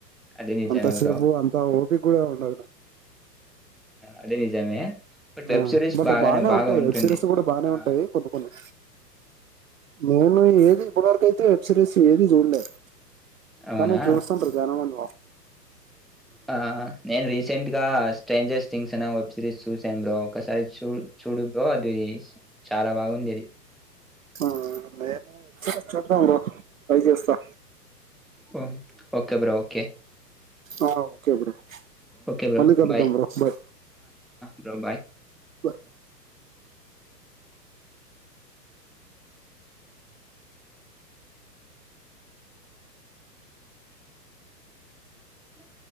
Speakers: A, in the centre; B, on the right.
A: అది నిజమే
B: అంత సేపు
A: బ్రో.
B: అంత ఓేపీక గు ఉ
A: అదే నిజమే బట్
B: ఆ
A: వెబ్ సిరీస్
B: బట్
A: బాగానే
B: బానే
A: బాగా
B: ఉంటాయి
A: ఉంటుంది.
B: వెబ్సిరీస్ కూడా బాగానే
A: ఆ!
B: ఉంటాయి కొన్ని కొన్ని నేను ఏది ఇప్పటి వరకుయితే వెబ్ సిరీస్ ఏది చూడలేదు
A: అవునా?
B: కానీ చూసం ప్రధారంం వంద
A: ఆ నేను రీసెంట్ గా స్ట్రేంజర్స్ వబ్ సిరిస్ చూ స్ర కస చూడ ది చాలా బాగుంది అది
B: ఆ నేను చడా ట్రై చేస్తా
A: ఓ ఓకే బ్రో ఓకే
B: ఆ ఓకే బ్రో
A: ఓకే బ్రో
B: మళ్ళీ కలుద్దాం
A: బయ
B: bro bye
A: bro bye
B: bro
A: అ